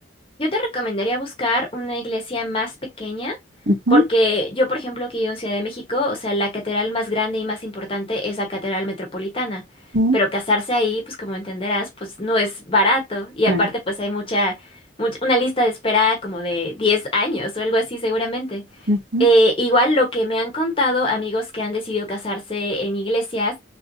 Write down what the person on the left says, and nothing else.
Yo te recomendaría buscar una iglesia más pequeña,
porque yo, por ejemplo, que vivo en Ciudad de México, o sea, la catedral más grande y más importante es la Catedral Metropolitana.
Pero casarse ahí, pues como entenderás, pues no es barato. Y
aparte, pues hay mucha, mucha- una lista de espera como de 10 años o algo así seguramente.
Eh, igual lo que me han contado amigos que han decidido casarse en iglesias